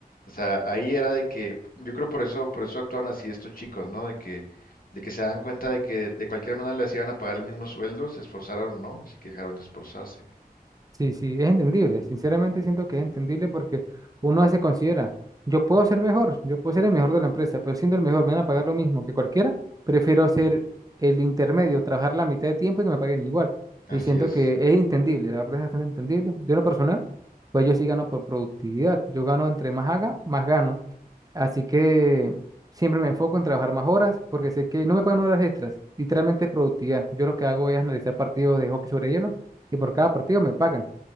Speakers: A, on the left; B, on the right.
A: o sea, ahí era de que, yo creo por eso, por eso actúan así estos chicos, ¿no? De que, de que se dan cuenta de que de cualquier manera les iban a pagar el mismo sueldo, se esforzaron, ¿no? Así que dejaron de esforzarse.
B: Sí, sí, es entendible. Sinceramente siento que es entendible porque uno se considera, yo puedo ser mejor, yo puedo ser el mejor de la empresa, pero siendo el mejor me van a pagar lo mismo que cualquiera. Prefiero ser el intermedio, trabajar la mitad de tiempo y que me paguen igual.
A: Así
B: Y siento
A: es.
B: que es entendible, la verdad es bastante entendible. De lo personal, pues yo sí gano por productividad. Yo gano entre más haga, más gano. Así que siempre me enfoco en trabajar más horas porque sé que no me pagan horas extras. Literalmente es productividad. Yo lo que hago es analizar partidos de hockey sobre hielo y por cada partido me pagan.